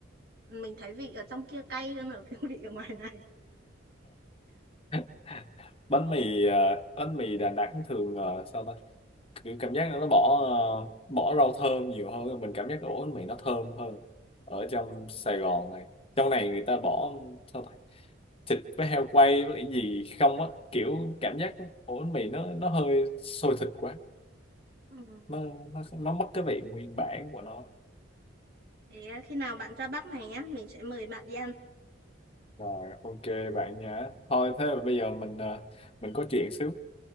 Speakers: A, on the right (about 50°); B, on the left (about 30°).
A: mình thấy vị ở trong kia cay hơn ở <laughs> vị ở ngoài này
B: <laughs> bánh mì ờ, bánh mì Đà Nẵng thường ờ, sao ta kiểu cảm giác nó bỏ ờ, bỏ rau thơm nhiều hơn mình cảm giác ổ bánh mì nó thơm hơn ở trong Sài Gòn này trong này người ta bỏ sao ta thịt với heo quay với lại gì không á kiểu cảm giác ổ bánh mì nó nó hơi sôi thịt quá
A: Ừm.
B: nó nó nó mất cái vị nguyên bản của nó
A: thế ờ, khi nào bạn ra Bắc này nhá mình sẽ mời bạn đi ăn
B: rồi ok bạn nhá thôi thế là bây giờ mình ờ, mình có chuyện xíu